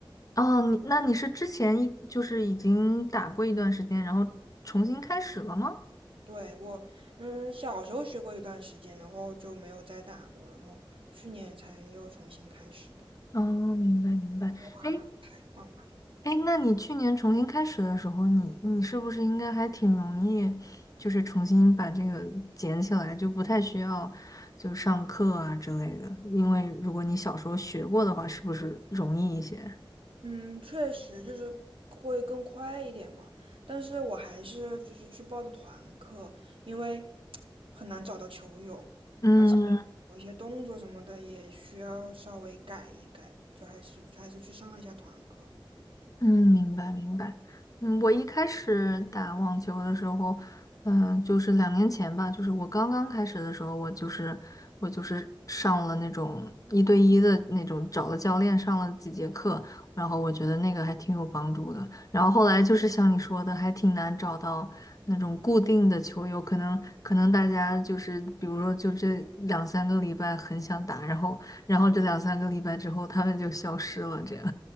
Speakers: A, on the left (about 40°); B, on the right (about 80°).
A: 哦，你那你是之前一就是已经打过一段时间，然后重新开始了吗？
B: 对我嗯小时候学过一段时间，然后就没有再打过了，然后去年才又重新开始的。
A: 哦，明白明白。
B: 哇，
A: 哎，
B: 太棒了！
A: 哎，那你去年重新开始的时候，你你是不是应该还挺容易，就是重新把这个捡起来，就不太需要就上课啊之类的？因为如果你小时候学过的话，是不是容易一些？
B: 嗯，确实就是会更快一点嘛，但是我还是就是去报的团课，因为很难找到球友，
A: 嗯，
B: 而且有一些动作什么的也需要稍微改一改，就还是还是去上了一下团课。
A: 嗯，明白明白。嗯，我一开始打网球的时候，嗯、就是两年前吧，就是我刚刚开始的时候，我就是我就是上了那种一对一的那种，找了教练上了几节课，然后我觉得那个还挺有帮助的。然后后来就是像你说的，还挺难找到那种固定的球友，可能可能大家就是比如说就这两三个礼拜很想打，然后然后这两三个礼拜之后他们就消失了，这样。